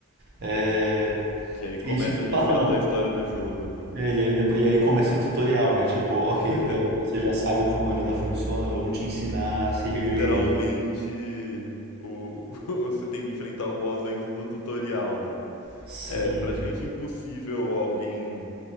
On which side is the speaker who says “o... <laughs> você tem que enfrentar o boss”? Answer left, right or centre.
Left